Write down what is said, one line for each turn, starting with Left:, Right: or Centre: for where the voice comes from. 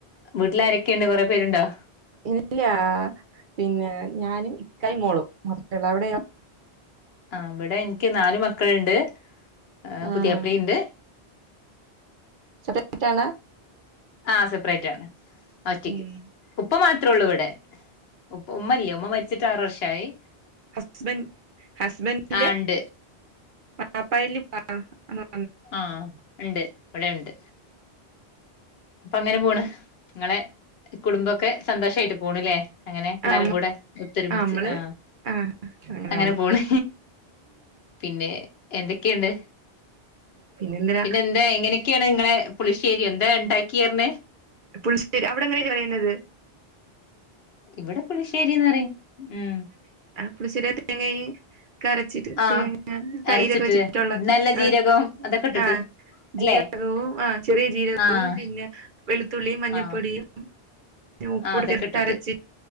Left: വീട്ടില ആരൊക്കെയുണ്ട് കൊറെേ പേരുണ്ടോ
Right: ഇല്ല പിന്നെ ഞാനും ഇക്കൈ മോളും മാത്രള്ളു അവിടെയോ
Left: ആ ഇവിടെ എനിക്ക് നാല് മക്കളുണ്ട് ആ
Right: ആഹ്
Left: പുതിയപ്പളെയിൻഡ്
Right: <unintelligible>
Left: ആ സെപ്പറേറ്റ് ആണ് ഒറ്റക്ക്
Right: ഉം
Left: ഉപ്പ മാത്രേ ഉള്ളൂ ഇവിടെ ഉ ഉമ്മല്ല ഉമ്മ മരിച്ചിട്ട് ആറു വർഷമായി
Right: ഹസ്ബൻ ഹസ്ബൻറിന്റെ
Left: ആഹ് ഉണ്ട്
Right: വാപ്പ <unintelligible>
Left: ആ ഉണ്ട് ഇവിടെ ഉണ്ട് അപ്പൊ അങ്ങനെ പോണ് നിങ്ങളെ കുടുംബൊക്കെ സന്തോഷമായിട്ട് പോണിലെ അങ്ങനെ എല്ലാരും
Right: ആ
Left: കൂടെ ഒത്തൊരുമിച്ച്
Right: നമ്മള്
Left: ആ
Right: ആഹ്
Left: അങ്ങനെ
Right: വന്നു
Left: പോണ് പിന്നെ എന്തൊക്കെയുണ്ട്
Right: പിന്നെന്തിനാ
Left: പിന്നെ എന്താ എങ്ങനെയൊക്കെയാണ് ങ്ങളെ പുളിശ്ശേരി എന്തേണ്ടാ ക്യാർഞ്ഞേ
Right: പുളിശ്ശേരി അവിടെ എങ്ങനെയാണ് റയുന്നത്
Left: ഇവിടെ പുളിശ്ശേരി ന്ന്‌ പറയും ഉം
Right: പുളിശ്ശേരിയായിട്ടു തേങ്ങ രച്ചിട്ട്
Left: ആഹ്
Right: തേങ്ങ തൈരൊക്കെ
Left: അരച്ചിട്ട്
Right: വെച്ചിട്ടുള്ളത്
Left: നല്ല
Right: ആ
Left: ജീരകം അതൊക്കെ ഇട്ടിട്ട്
Right: ആ ജീരകവും
Left: അല്ലെ
Right: ആ ചെറിയ ജീരകവും
Left: ആഹ്
Right: പിന്നെ വെളുത്തുള്ളിയും മഞ്ഞൾപ്പൊടിയും
Left: ആഹ്
Right: ഉപ്പും
Left: ആഹ്
Right: കൂടി
Left: അതൊക്കെ
Right: ചേർത്തരച്ച്
Left: ഇട്ടിട്ട്